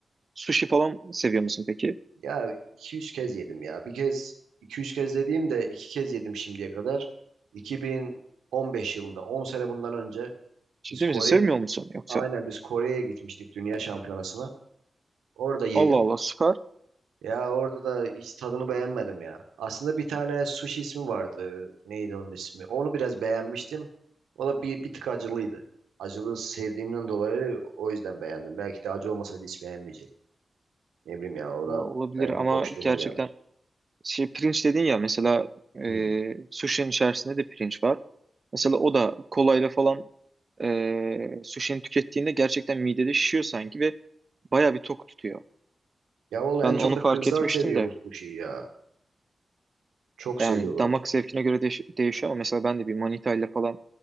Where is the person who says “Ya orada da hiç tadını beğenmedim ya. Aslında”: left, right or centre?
Right